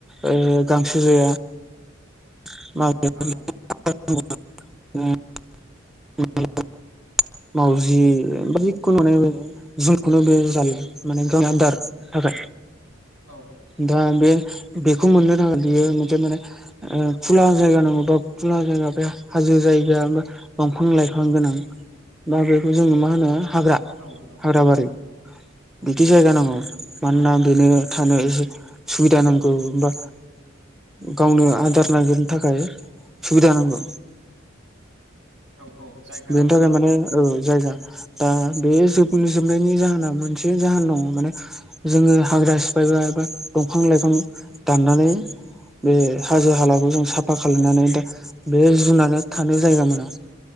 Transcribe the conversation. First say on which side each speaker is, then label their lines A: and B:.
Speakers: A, in the centre; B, on the right (about 75°).
A: ओ गांसो जाया। <inaudible>
B: औ
A: मावजि जिखुनु माने <inaudible> माने गावनि आदार थाखा
B: औ
A: दा बे बेखौ
B: औ नोंथां
A: मोननो नाङा बेयो मोनसे माने ओ खुला जायगा नांगौ बा खुला जायगा बे हाजो जायगा दंफां लाइफां दा बेखौ जों मा होनो हाग्रा
B: औ नंगौ
A: हाग्रा
B: नोंथां
A: बारि बिदि जायगा
B: औ
A: नांगौ मानोना
B: औ
A: बेनो थानो एसे सुबिदा नांगौबा गावनो आदार नागिरनो थाखाय सुबिदा नांगौ
B: औ औ जायगा
A: बेनि थाखाय
B: बा
A: माने
B: हम हम
A: औ जायगा दा बे जोब जोबनायनि जाहोना मोनसे जाहोन दंङ माने जोङो हाग्रा सिफायबाय बा दंफां लाइफां दाननानै बे हाजो हालाखौ जों साफा खालामनानै दा बे जुनारा थानो जायगा मोना